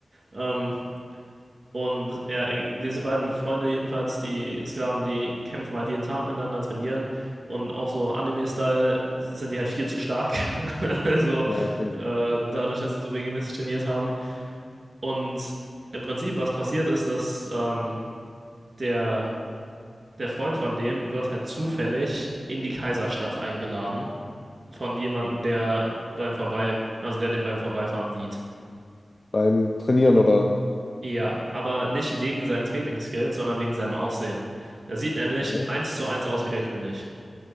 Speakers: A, on the right; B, on the left.
A: Ähm, Und ja, äh, diese beiden Freunde jedenfalls, die Sklaven, die kämpfen halt jeden Tag miteinander, trainieren und auch so Anime-Style sind die halt viel zu stark. <laughs> Also
B: Ja, okay.
A: äh, dadurch, dass sie so regelmäßig trainiert haben. Und im Prinzip, was passiert ist, dass ähm, der, der Freund von dem wird halt zufällig in die Kaiserstadt eingeladen von jemandem, der beim Vorbei, also der den beim Vorbeifahren sieht.
B: Beim Trainieren oder?
A: Ja, aber nicht wegen seinen Trainingsskills, sondern wegen seinem Aussehen. Er sieht nämlich
B: Okay.
A: eins zu eins aus wie der König,